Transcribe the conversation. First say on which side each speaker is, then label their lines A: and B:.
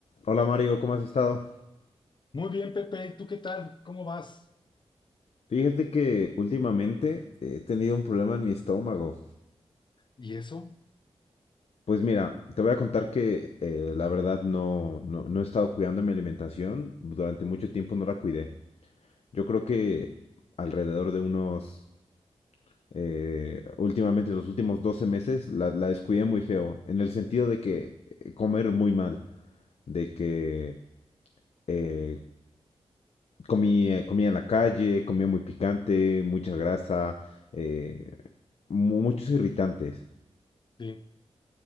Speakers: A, on the left (about 70°); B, on the left (about 45°).
A: Hola Mario, ¿cómo has estado?
B: Muy bien, Pepe, ¿y ¿tú qué tal? ¿Cómo vas?
A: Fíjate que últimamente he tenido un problema en mi estómago.
B: ¿Y eso?
A: Pues mira, te voy a contar que eh, la verdad no, no, no he estado cuidando mi alimentación. Durante mucho tiempo no la cuidé. Yo creo que alrededor de unos, eh, últimamente los últimos 12 meses la, la descuidé muy feo. En el sentido de que eh, comer muy mal, de que eh, comía, comía en la calle, comía muy picante, mucha grasa, eh, mu- muchos irritantes.
B: Sí.